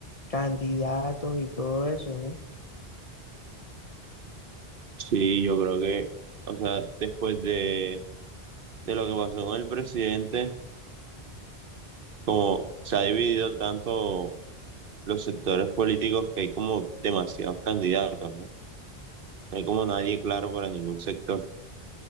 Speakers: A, on the left (about 40°); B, on the right (about 60°).
A: candidatos y todo eso, ¿no?
B: Sí, yo creo que, o sea, después de, de lo que pasó con el presidente, como se ha dividido tanto los sectores políticos que hay como demasiados candidatos, ¿no? No hay como nadie claro para ningún sector.